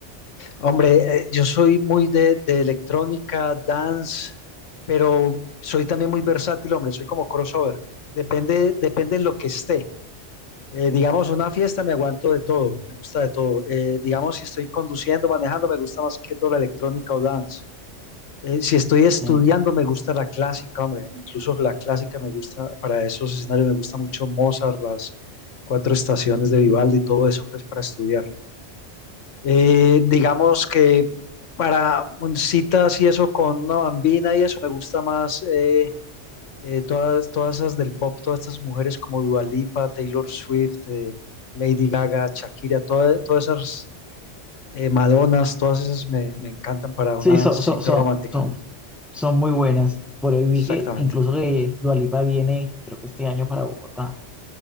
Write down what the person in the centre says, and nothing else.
Okay.
Mm.
Sí, son,
son, son,
son, son muy buenas. Por ahí vi
que incluso que Dua Lipa viene, creo que este año para Bogotá.